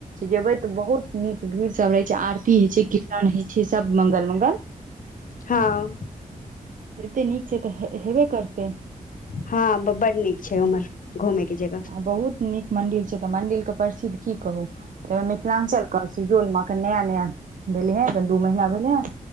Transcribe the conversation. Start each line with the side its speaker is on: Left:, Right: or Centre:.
Right: जेबे तऽ बहुत नीक भीड़ सब रहे छै आरती हय छै कीर्तन हय छै सब मंगल मंगल <inaudible>
Left: हँ
Right: एते नीक छै तऽ हेबे करतै
Left: हँ बड नीक छै उमहर घूमे के जगह
Right: आ बहुत नीक मंदिर छै मंदिर के प प्रसिद्ध की कहूं मिथिलांचल क शेड्यूल म अखन नया नया भेलै ह दू महिना भेले ह